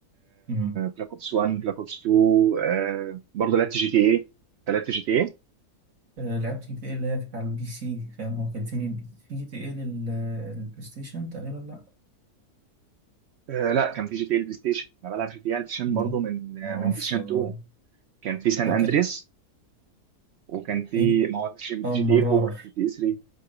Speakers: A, on the right (about 60°); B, on the right (about 75°).
A: أمم.
B: بلاك اوبس 1 بلاك اوبس 2 آه، برضه لعبت جي تي اي أنت لعبت جي تي اي
A: آه، لعبت جي تي ايه اللي هي كانت على البي سي فاهم هو كان تاني في جي تي ايه لل- للبلاي ستيشن تقريبا لا
B: آه، لا كان في جي تي اي البلاي ستيشن انا بلعب جي تي اي على البلاي ستيشن
A: أمم.
B: برضه من
A: ما
B: آه،
A: اعرفش
B: من بلاي ستيشن
A: والله
B: 2 كان في سان
A: طب
B: اندريس
A: كان
B: وكان في
A: هي-
B: ما هو جي
A: اول مره
B: تي اي 4
A: اعرف
B: جي تي اي 3